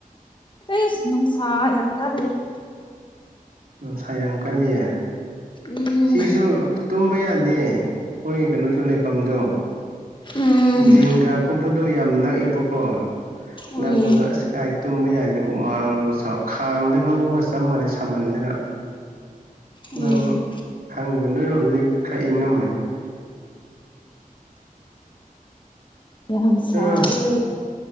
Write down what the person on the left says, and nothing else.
ꯏꯁ ꯅꯨꯡꯁꯥ ꯌꯥꯝ ꯀꯜꯂꯤ
ꯎꯝ
ꯎꯝ
ꯎꯝ
ꯎꯝ
ꯌꯥꯝ ꯁꯥꯏ